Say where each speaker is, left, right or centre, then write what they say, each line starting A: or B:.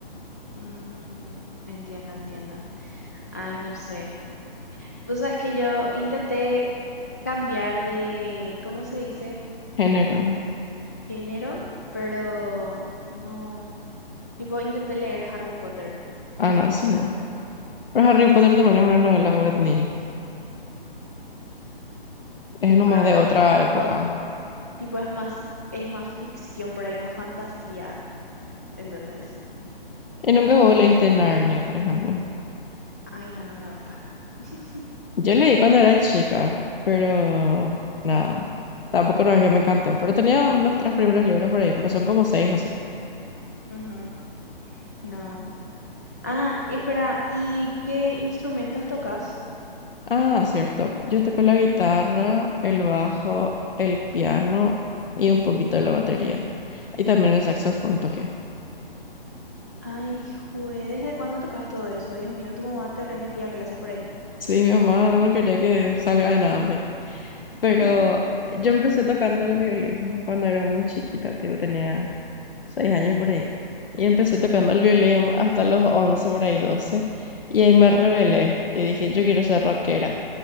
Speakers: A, on the left; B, on the left.
A: Mm, entiendo, entiendo. Ay, no sé. Vos sabés que yo intenté cambiar de, ¿cómo se dice?
B: Género.
A: enero, pero no, tipo, intenté leer Harry Potter
B: Ah,
A: y
B: no,
A: no
B: eso
A: pude.
B: no. Pero Harry Potter también es una novela juvenil. Es
A: Sí,
B: nomás
A: pero
B: de
A: no
B: otra
A: es tanto,
B: época.
A: tipo, es más, es más ficción por ahí, más fantasía, ¿entendés?
B: Y nunca vos leíste Narnia, por ejemplo.
A: Ay, no, no me gusta. <laughs>
B: Yo leí cuando era chica, pero nada. Tampoco no es que me encantó. Pero tenía los tres primeros libros por ahí, pero son como seis, no sé qué
A: Ujú, No. Ah, espera, ¿y qué instrumentos tocas?
B: Ah, cierto. Yo toco la guitarra, el bajo, el piano y un poquito de la batería. Y también el saxofón toqué.
A: Ay, jue, ¿desde cuándo tocas todo eso? Dios mío, tu mamá te remetía a clases por ahí.
B: Sí, mi mamá no quería que salga de nada, por ahí. Pero
A: <laughs>
B: yo empecé tocando el violín cuando era muy chiquita, tipo tenía seis años por ahí. Y empecé
A: Ujú,
B: tocando el violín hasta los 11 por ahí doce Y ahí me rebelé y dije, yo quiero ser rockera.